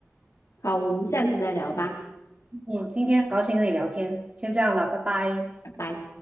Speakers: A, on the left; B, on the right.
A: 好，我们下次再聊吧，
B: 嗯，今天很高兴跟你聊天，先这样了，拜拜。
A: 拜拜。